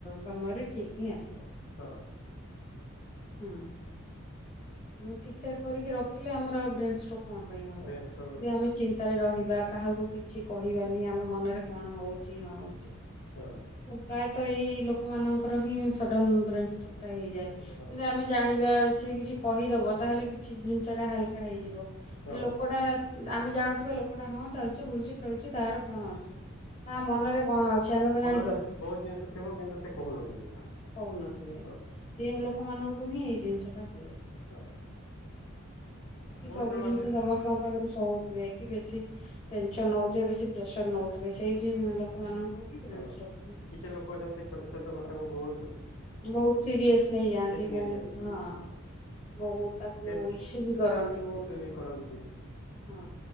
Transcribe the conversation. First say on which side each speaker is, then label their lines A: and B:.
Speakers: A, on the left; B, on the left.
A: ସମୟରେ ଠିକ୍ ହିଁ ଆସିବ।
B: ହଁ।
A: ହଁ ଆମେ ଠିକ୍ ଠାକ୍ କରିକି ରଖିଲେ ଆମର ଆଉ ବ୍ରେନଷ୍ଟ୍ରୋକ୍ କଣ ପାଇଁ ହବ,
B: ବେଷ୍ଟ ହଁ
A: ଯେ ଆମେ ଚିନ୍ତାରେ ରହିବା କାହାକୁ କିଛି କହିବାନି ଆମ ମନରେ କଣ ହଉ ଚି ନ ହଉଚି।
B: ହଁ।
A: ପ୍ରାୟତଃ ଏଇ ଲୋକମାନଙ୍କର ହିଁ ସଡନ୍ ବ୍ରେନଷ୍ଟକ୍ ଟା ହେଇଯାଏ
B: ହଁ
A: କିନ୍ତୁ ଆମେ ଜାଣିବା ସେ କିଛି କହିଦବ ତାହେଲେ କିଛି ଜିନିଷ ଟା ହାଲକା ହେଇଯିବ,
B: ହଁ
A: ଲୋକଟା ଆମେ ଜାଣୁଥିବା ଲୋକଟା ହଁ ଚାଲୁଚି, ବୁଲୁଚି, ଖେଳୁଚି ତାର କଣ ଅଛି ତା ମନରେ କଣ ଅଛି ଆମେ କଣ ଜାଣି
B: ବହୁତ୍ ଜିନିଷ ଥିବ କିନ୍ତୁ ସେ କହୁନଥିବେ କାହାକୁ।
A: କହୁନଥିବେ
B: ହଁ
A: ସେଇ ଲୋକମାନଙ୍କୁ ହିଁ ଏଇ ଜିନିଷଟା ହୁଏ।
B: ହଁ।
A: କି
B: ବହୁତ
A: ସବୁ
B: ଜଣ
A: ଜିନିଷ
B: ଅଛନ୍ତି
A: ସମସ୍ତଙ୍କ ପାଖରୁ ସହୁଥିବେ କି ବେଶୀ ଟେନସନ୍ ନଉଥିବେ ବେଶୀ ପ୍ରେସର୍ ନଉଥିବେ, ସେଇ ଲୋକମାନଙ୍କୁ ହିଁ ବ୍ରେନ
B: ହଁ
A: ଷ୍ଟ୍ରୋକ ହୁଏ।
B: କିଛି ଲୋକ ଅଛନ୍ତି ଛୋଟ-ଛୋଟ କଥାକୁ ବହୁତ୍
A: ବହୁତ୍ ସିରିଏସ୍ ନେଇଯାଆନ୍ତି
B: ନିଆଯାଆନ୍ତି
A: ବହୁତ୍ ହଁ। ବହୁତ୍ ତାକୁ
B: ସେ
A: ଇସ୍ୟୁ ବି କରନ୍ତି ବହୁତୁ
B: ଇସୁ ବି କରନ୍ତି
A: ହଁ।